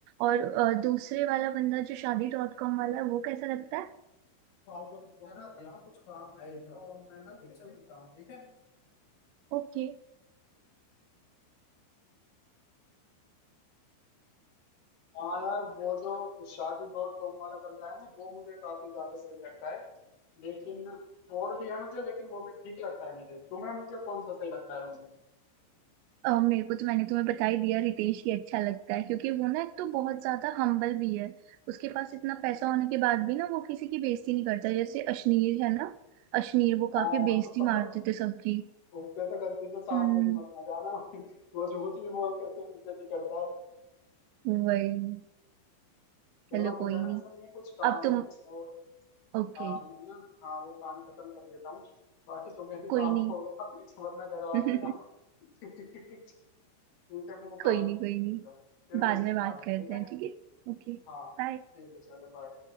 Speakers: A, on the right; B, on the left.
A: और अ, दूसरे वाला बंदा जो शादी डॉट कॉम वाला है वो कैसा लगता है
B: मेरा जरा कुछ काम है तो मैं ना तुमसे मिलता हूँ ठीक है
A: ओके
B: हाँ यार वो जो शादी डॉट कॉम वाला बंदा है ना वो मुझे काफी ज्यादा सही लगता है लेकिन और भी है मतलब लेकिन वो भी ठीक लगता है मुझे तुम्हें मतलब कौन सा सही लगता है उनमें
A: अ, मेरे को तो मैंने तुम्हें बता ही दिया रितेश ही अच्छा लगता है क्योंकि वो ना एक तो बहुत ज्यादा हम्बल भी है उसके पास इतना पैसा होने के बाद भी ना वो किसी की बेइज्जती नहीं करता जैसे अश्नीर है ना अश्नीर वो
B: हाँ
A: काफी बेइज्जती
B: <laughs>
A: मारते थे सबकी
B: उस पे तो गलती से सामने
A: हम्म
B: भी मत आ जाना <laughs> वो झूठ भी बोल करके बेइज्जती करता है
A: <laughs> वही
B: चलो
A: चलो
B: मुझे
A: कोई
B: ना
A: नहीं
B: असल में कुछ काम
A: अब तुम
B: है और
A: ओके
B: हाँ मैं ना हाँ वो काम खत्म कर लेता हूँ बाकी तुम्हें भी
A: कोई
B: काम
A: नहीं
B: होगा <laughs> वरना घर वाले
A: <laughs>
B: ना <laughs> ठीक है मैं वो काम
A: कोई
B: खत्म
A: नहीं कोई
B: कर लेता
A: नहीं
B: हूँ फिर
A: बाद
B: मिलते
A: में
B: हैं बाद
A: बात
B: में
A: करते
B: ठीक है
A: हैं ठीक है ओके
B: हाँ
A: बाय
B: ठीक है चलो बाय